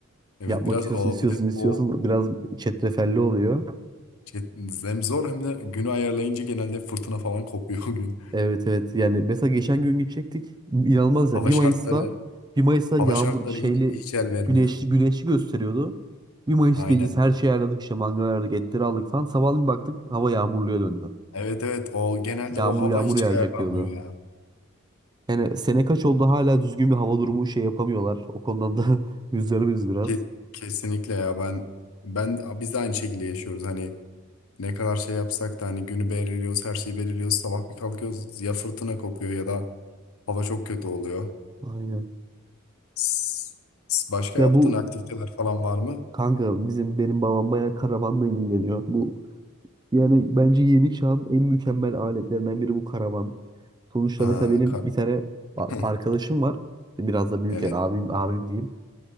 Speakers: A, on the left; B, on the right.
A: Evet
B: Yapmak
A: biraz
B: istiyorsun,
A: o
B: istiyorsun,
A: bir de
B: istiyorsun.
A: o
B: Biraz çetrefelli oluyor.
A: şey, hem zor hem de günü ayarlayınca genelde fırtına falan kopuyor o gün.
B: Evet evet yani mesela geçen gün gidecektik inanılmaz ya
A: Hava
B: bir
A: şartları
B: Mayıs'ta bir Mayıs'ta
A: hava
B: yağmur
A: şartları
B: şeyli
A: hiç, hiç el vermiyor.
B: güneşli güneşli gösteriyordu. bir Mayıs
A: Aynen.
B: gecesi her şeyi ayarladık işte mangal ayarladık etleri aldık falan sabahleyin baktık hava yağmurluya döndü.
A: Evet evet o genelde
B: Yağmur
A: o hava
B: yağmur
A: hiç
B: yağacak
A: ayarlanmıyor
B: diyordu.
A: ya.
B: Yani sene kaç oldu hala düzgün bir hava durumu şey yapamıyorlar. O konudan da <laughs> üzülürüz biraz.
A: Ke- kesinlikle ya ben ben biz de aynı şekilde yaşıyoruz. Hani ne kadar şey yapsak da hani günü belirliyoruz, her şeyi belirliyoruz. Sabah bir kalkıyoruz ya fırtına kopuyor ya da hava çok kötü oluyor.
B: Aynen.
A: S- s- Başka
B: Ya
A: yaptığın
B: bu
A: aktiviteler falan var mı?
B: kanka bizim benim babam bayağı karavanla ilgileniyor. Bu Yani bence yeni çağın en mükemmel aletlerinden biri bu karavan. Sonuçta
A: Ha,
B: mesela benim
A: kar
B: bir tane a-
A: <laughs>
B: arkadaşım var. Biraz da büyük
A: evet,
B: yani abim, abim diyeyim.